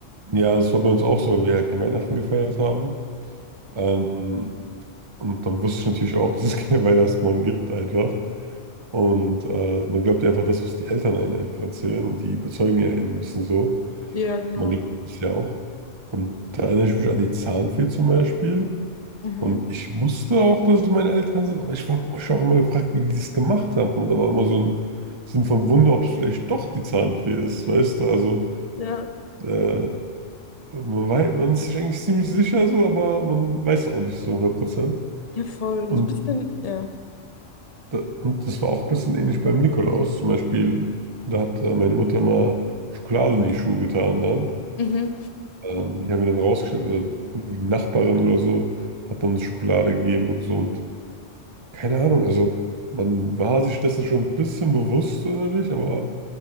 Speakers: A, on the right; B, on the left.
A: ja, das war bei uns auch so, weil wir ja kein Weihnachten gefeiert haben. Ähm, und dann wusste ich natürlich auch, <laughs> dass es keinen Weihnachtsmann gibt, einfach. Und äh, man glaubt ja einfach das, was die Eltern einem einfach erzählen und die überzeugen ja einen ein bisschen so.
B: Ja, genau.
A: Man glaubt es ja auch. Und da erinnere ich mich an die Zahnfee zum Beispiel.
B: Mhm.
A: Und ich wusste auch, dass es meine Eltern sind, aber ich habe euch auch immer gefragt, wie die das gemacht haben. Und da war immer so ein Sinn von Wunder, ob es vielleicht doch die Zahnfee ist, weißt du? Also
B: Ja,
A: äh, man, wei- man ist sich eigentlich ziemlich sicher so, aber man weiß auch nicht so 100%.
B: ja, voll.
A: Und
B: Und so ein bisschen, ja.
A: Da, und das war auch ein bisschen ähnlich beim Nikolaus. Zum Beispiel, da hat äh, meine Mutter mal Schokolade in die Schuhe getan dann.
B: Mhm.
A: Ähm, die haben wir dann rausgestellt, oder irgendwie die Nachbarin oder so hat dann Schokolade gegeben und so. Und keine Ahnung, also man war sich dessen schon ein bisschen bewusst so innerlich, aber